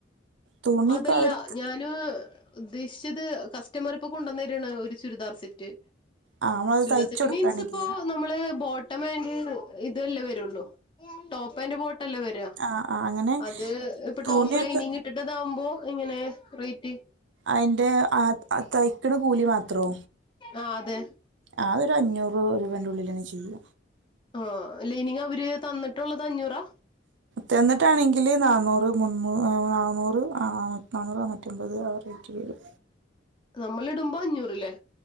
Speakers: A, on the right; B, on the left.
A: തുണിയൊക്കെ
B: അതല്ല
A: അവര് ത-
B: ഞ ഞാന് ഉദ്ദേശിച്ചത് കസ്റ്റമറിപ്പൊ കൊണ്ട്ന്നര്ണെ ഒരു ചുരിദാർ സെറ്റ്
A: ആ നമ്മളത്
B: ചുര്ദാർ
A: തയ്ച്ചു
B: സെറ്റ്
A: കൊടുക്കാണെങ്കില്
B: മീൻസിപ്പൊ നമ്മള് ബോട്ടമാന്റ് ഇതുവല്ലേ വരുള്ളൂ ടോപ്പാന്റ് ബോട്ടല്ലേ വരാ
A: ആ ആ അങ്ങനെ
B: അത് ഇപ്പ
A: തുണിയൊക്കെ
B: ടോപ്പ് ഇട്ടിട്ടതാവുമ്പൊ എങ്ങനെ റേറ്റ്
A: അയ്ൻ്റെ ആഹ് തയ്ക്കണ കൂലി മാത്രൊ
B: ആഹ് അതെ
A: ആഹ് അതൊരു അഞ്ഞൂറ് രൂപന്റെ ഉള്ളിലെന്നെ ചെയ്യും
B: ആഹ് ല്ലൈനിങ്ങ് അവര് തന്നിട്ടുള്ളത് അഞ്ഞൂറാ
A: തെന്നിട്ടാണെങ്കില് നാന്നൂറ് മുന്നൂ നാന്നൂറ് നാന്നൂറ് നാനൂറ്റമ്പത് ആഹ് റേറ്റ് വരും
B: നമ്മളിടുമ്പോ അഞ്ഞൂറ്ലെ